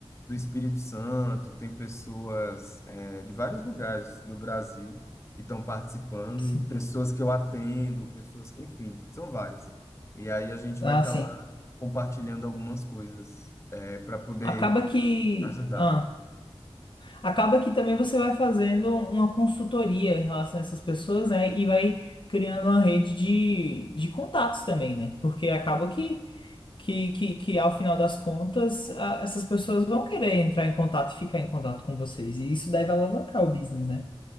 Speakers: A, on the left; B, on the left.
A: do Espírito Santo, tem pessoas é, de vários lugares do Brasil que estão participando,
B: Sim.
A: e pessoas que eu atendo, pessoas, enfim, são várias. E aí a gente
B: Ah,
A: vai estar
B: sim.
A: lá compartilhando algumas coisas é, para poder
B: Acaba que.
A: ajudar.
B: Ah. Acaba que também você vai fazendo uma consultoria em relação a essas pessoas, né? E vai criando uma rede de, de contatos também, né? Porque acaba que, que, que, que ao final das contas, a- essas pessoas vão querer entrar em contato e ficar em contato com vocês. E isso deve alavancar o business, né?